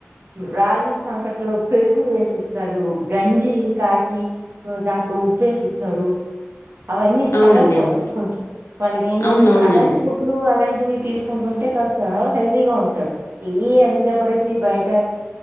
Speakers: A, on the right; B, on the left.
A: రాగి సంక ట్లో పెరుగు వేసిస్తారు గంజి కాచి దాంట్లో ఉప్పు వేసి ఇస్తారు అవన్నీ
B: అవునండి
A: చెలవు కూడా
B: అవును
A: కొంచెం వాళ్ళకి ఏంట
B: అవునవునండి
A: అంటే అలాంటి ఫుడ్లు అలా అంటివి తీసుకుంటు ఉంటే కాస్త హెల్దిగా ఉంటారు ఈ ఎంతసేపటికి బయట